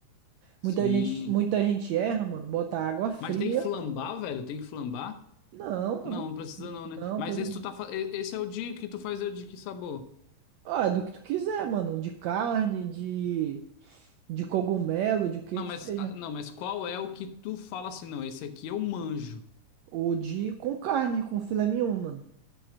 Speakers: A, on the left (about 85°); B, on the right (about 85°).
A: sim.
B: Muita gente, muita gente erra, mano. Botar água fria.
A: Mas tem que flambar, velho? Tem que flambar?
B: Não, não,
A: Não, não precisa não, né?
B: não,
A: Mas
B: por exemplo.
A: esse tu tá, fa- e- esse é o de que tu faz é o de que sabor?
B: Ah, é do que tu quiser, mano. De carne, de, de cogumelo, de o que
A: Não,
B: que
A: mas
B: seja.
A: ah, não, mas qual é o que tu fala assim, não, esse aqui eu manjo.
B: Ou de com carne, com filé mignon, mano.